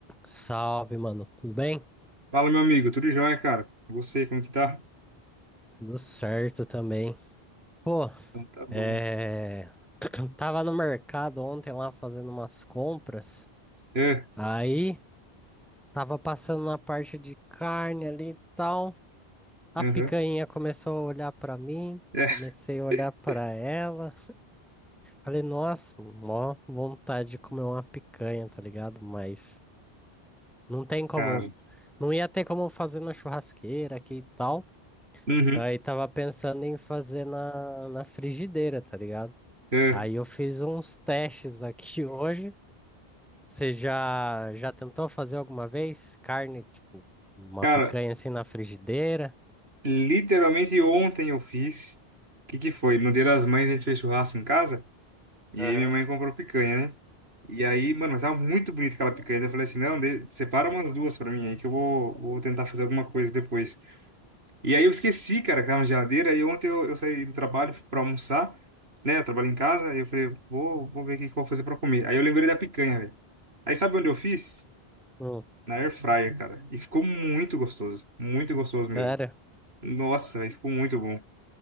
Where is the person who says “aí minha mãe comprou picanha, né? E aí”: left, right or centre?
Right